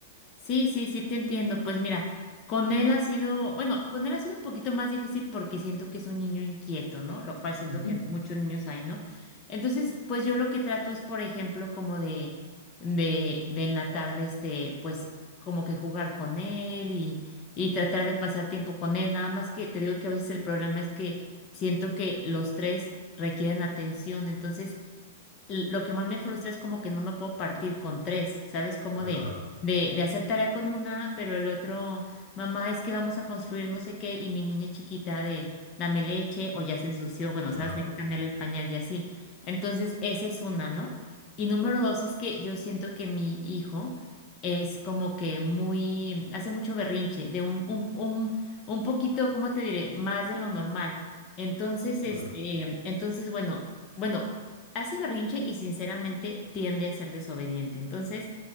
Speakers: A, on the left; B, on the left.
A: Sí, sí, sí, te entiendo. Pues mira, con él ha sido, bueno, con él ha sido un poquito más difícil porque siento que es un niño inquieto, ¿no? Lo cual siento
B: Ujú.
A: que muchos niños hay, ¿no? Entonces, pues yo lo que trato es, por ejemplo, como de, de, de en la tarde, este, pues como que jugar con él y, y tratar de pasar tiempo con él. Nada más que te digo que a veces el problema es que siento que los tres requieren atención. Entonces, l- lo que más me frustra es como que no me puedo partir con tres, ¿sabes? Como
B: Claro,
A: de, de, de hacer tarea con una, pero el otro, mamá, es que vamos a construir no sé qué, y mi niña chiquita de, dame leche, o ya se ensució, bueno,
B: claro,
A: ¿sabes? Hay que cambiarle el pañal y así. Entonces, esa es una, ¿no? Y número dos es que yo siento que mi hijo es como que muy, hace mucho berrinche, de un, un, un, un poquito, ¿cómo te diré? Más de lo normal. Entonces, este,
B: claro,
A: entonces, bueno, bueno, hace berrinche y sinceramente tiende a ser desobediente. Entonces,